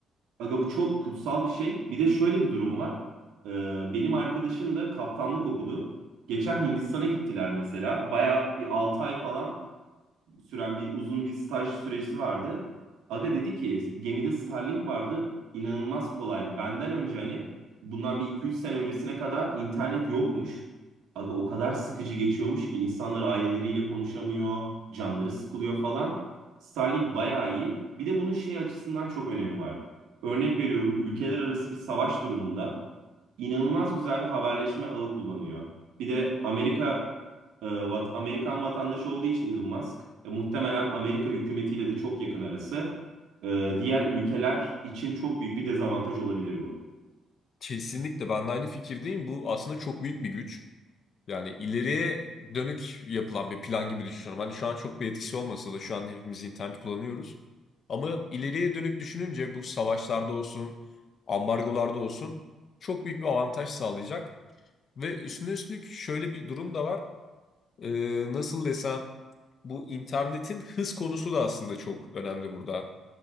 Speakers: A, on the right; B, on the left.
A: Aga bu çok kutsal bir şey. Bir de şöyle bir durum var. Ee, benim arkadaşım da kaptanlık okudu. Geçen Hindistan'a gittiler mesela. Baya bir 6 ay falan süren bir uzun bir staj süresi vardı. Aga dedi ki gemide Starlink vardı. inanılmaz kolaydı. Benden önce hani bundan bir iki üç sene öncesine kadar internet yokmuş. Aga o kadar sıkıcı geçiyormuş ki insanlar aileleriyle konuşamıyor, canları sıkılıyor falan. Starlink bayağı iyi. Bir de bunun şey açısından çok önemi var. Örnek veriyorum ülkeler arası bir savaş durumunda inanılmaz güzel bir haberleşme ağı kullanıyor. Bir de Amerika e, vat, Amerikan vatandaşı olduğu için Elon Musk e, muhtemelen Amerika hükümetiyle de çok yakın arası. E, diğer ülkeler için çok büyük bir dezavantaj olabilir bu.
B: Kesinlikle ben de aynı fikirdeyim. Bu aslında çok büyük bir güç. Yani ileriye dönük yapılan bir plan gibi düşünüyorum. Hani şu an çok bir etkisi olmasa da şu an hepimiz internet kullanıyoruz. Ama ileriye dönük düşününce bu savaşlarda olsun, ambargolarda olsun çok büyük bir avantaj sağlayacak. Ve üstüne üstlük şöyle bir durum da var. Ee, nasıl desem bu internetin hız konusu da aslında çok önemli burada.